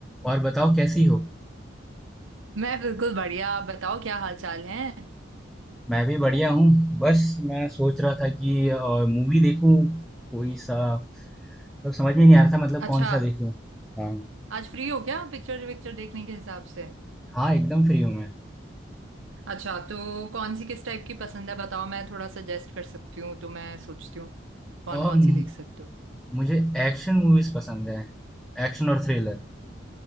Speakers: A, in the centre; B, on the right.
A: और बताओ कैसी हो?
B: मैं बिल्कुल बढ़िया आप बताओ क्या हाल चाल है
A: मैं भी बढ़िया हूँ। बस मैं सोच रहा था कि अ, मूवी देखूँ कोई सा मतलब समझ में नहीं आ रहा था मतलब
B: अच्छा
A: कौन सा देखूँ। हाँ
B: आज फ्री हो क्या पिक्चर विक्चर देखने के हिसाब से
A: हाँ एकदम फ्री हूँ मैं।
B: अच्छा तो कौन सी किस टाइप की पसंद है बताओ मैं थोड़ा सजेस्ट कर सकती हूँ तो मैं सोचती हूँ कौन
A: और
B: कौन
A: म-
B: सी देख सकते हो
A: मुझे एक्शन मूवीज पसंद है। एक्शन और थ्रिलर।